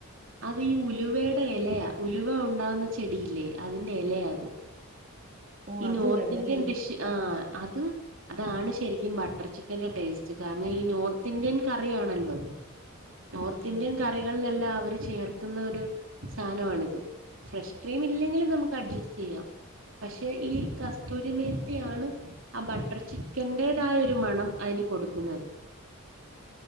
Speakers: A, on the right; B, on the right.
A: അത് ഈ ഉലുവയുടെ ഇലയാ ഉലുവ ഉണ്ടാവുന്ന ചെടിയില്ലേ അതിന്റെ ഇലയാത്
B: ഓ
A: ഈ
B: അതും
A: നോർത്ത്
B: ഇടണം
A: ഇന്ത്യൻ
B: അല്ലേ
A: ഡിഷ് ആഹ് അത് അതാണ് ശരിക്കും ബട്ടർ ചിക്കന്റെ ടേസ്റ്റ് കാരണം ഈ നോർത്ത് ഇന്ത്യൻ കറിആണല്ലോ അത് നോർത്ത്
B: ആഹ്
A: ഇന്ത്യൻ
B: ഓക്കെ
A: കറികളിലെല്ലാം അവര് ചേർക്കുന്ന ഒരു സാധനമാണിത് ഫ്രഷ് ക്രീം ഇല്ലെങ്കിലും നമുക്ക് അഡ്ജസ്റ്റ് ചെയ്യാം പക്ഷെ ഈ കസ്തൂരിമേത്തിയാണ് ആ ബട്ടർ ചിക്കന്റെ തായ ഒരു മണം അതിന് കൊടുക്കുന്നത്